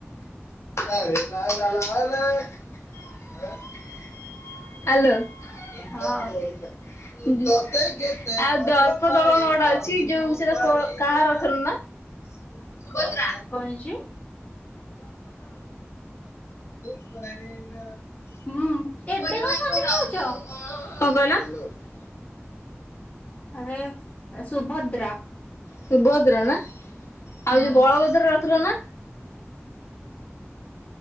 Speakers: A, on the left (about 75°); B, on the left (about 30°).
A: ଆରେ ଲ ହ୍ୟାଲୋ। ଏକା
B: ହଁ
A: ଘଇତା ଦି ଆଉ ଦର୍ପଦଳନ ଗୋଟା ଅଛି ଯୋଉ ସେଟା କୋ କାହାର ରଥ ର ନାଁ? ସୁଭଦ୍ରା।
B: କଣ ହେଇଛି?
A: ସୁଭଦ୍ରା
B: ହୁଁ
A: ଯୋଉ
B: ଏବେ କଣ ସନ୍ଧ୍ୟା ଦଉଛ?
A: ରଥ
B: ଆରେ ସୁଭଦ୍ରା
A: ସୁଭଦ୍ରା ନା,
B: ହଁ।
A: ଆଉ ଯୋଉ ବଳଭଦ୍ର ରଥର ନାଁ?